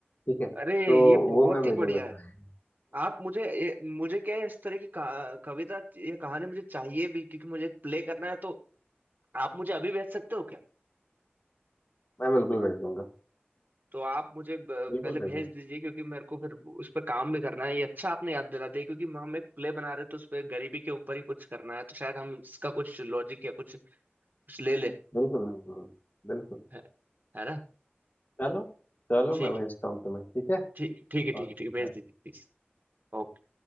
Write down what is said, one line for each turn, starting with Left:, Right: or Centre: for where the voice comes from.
Left: ठीक है
Right: अरे
Left: तो
Right: ये बहुत
Left: वो मैं भेजूंगा
Right: ही बढ़िया
Left: था
Right: है आप मुझे ये, मुझे क्या है इस तरह की कहा- कविता या कहानी मुझे चाहिए भी क्योंकि मुझे प्ले करना है तो आप मुझे अभी भेज सकते हो क्या
Left: मैं बिल्कुल भेज दूंगा
Right: तो आप मुझे ब-
Left: बिल्कुल
Right: पहले भेज
Left: भेज दूंगा
Right: दीजिए क्योंकि मेरे को फिर उस पर काम भी करना है ये अच्छा आपने याद दिला दिया क्योंकि हम एक प्ले बना रहे हैं तो उस पर गरीबी के ऊपर ही कुछ करना है तो शायद हम इसका कुछ लॉजिक या कुछ कुछ ले ले
Left: बिल्कुल बिल्कुल बिल्कुल
Right: है, है ना
Left: चलो चलो
Right: ठीक
Left: मैं भेजता
Right: है
Left: हूँ तुम्हें ठीक है
Right: ठीक है ठीक है ठीक
Left: Okay
Right: है ठीक है भेज
Left: bye.
Right: दीजिए प्लीज ओके।